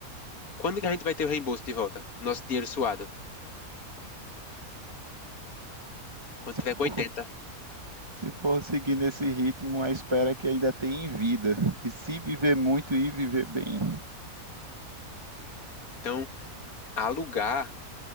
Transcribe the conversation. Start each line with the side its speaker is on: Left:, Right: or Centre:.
Left: Quando que a gente vai ter o reembolso de volta? Nosso dinheiro suado. Quando
Right: Se
Left: tiver
Right: for,
Left: com 80.
Right: <laughs> se for seguir nesse ritmo, a espera é que ainda tem em vida. E se viver muito e viver bem.
Left: Então, alugar